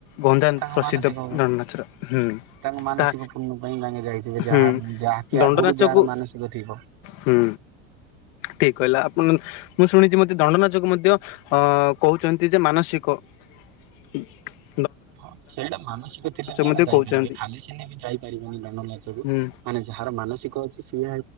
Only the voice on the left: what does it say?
ଗଞ୍ଜାମ୍
ପ୍ରସିଦ୍ଧ
ଦଣ୍ଡ ନାଚର ହୁଁ।
ତା
ହୁଁ
ଦଣ୍ଡ
ନାଚକୁ
ହୁଁ। ଠିକ କହିଲା ଆପଣ ମୁଁ ଶୁଣିଛି ମୋତେ ଦଣ୍ଡନାଚକୁ ମଧ୍ୟ ଅ କହୁଛନ୍ତି ଯେ ମାନସିକ। କି <inaudible>
ମଧ୍ୟ
କହୁଛନ୍ତି
ହୁଁ